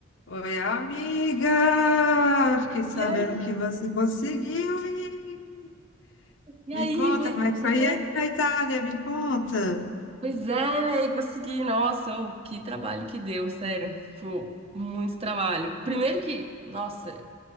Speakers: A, on the left; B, on the right.
A: Oi, amiga! Fiquei sabendo
B: E aí,
A: que você conseguiu ir.
B: e
A: Me
B: aí,
A: conta
B: pois
A: como é que foi
B: é,
A: aí na Itália, me conta.
B: pois é, véi, consegui. Nossa, ô, que trabalho que deu, sério. Foi muito trabalho. Primeiro que, nossa,